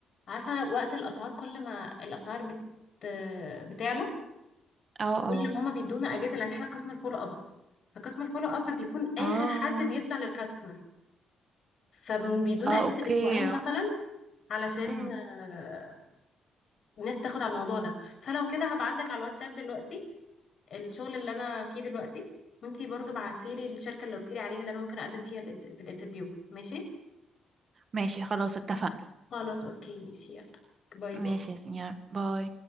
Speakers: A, on the left (about 50°); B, on the right (about 35°).
A: عارفه وقت الاسعار كل ما الاسعار بت... بتعلى
B: اه
A: كل
B: اه
A: ما هما بيدونا اجازه لان احنا قسم الفولو اب فقسم الفولو اب بيكون اخر
B: اه
A: حد بيطلع للكاستمر فبيدونا
B: اه
A: اجازه
B: اوكي
A: اسبوعين مثلا علشان
B: امم
A: آه، الناس تاخد على الموضوع ده فلو كده هبعت لك على الواتساب دلوقتي الشغل اللي انا فيه دلوقتي وانتي برضو بعتي لي الشركه اللي قلتي لي عليها اللي انا ممكن اقدم فيها الانت- في الانترفيو ماشي
B: ماشي خلاص اتفقنا
A: خلاص اوكي ماشي يلا باي باي
B: ماشي يا سنيور باي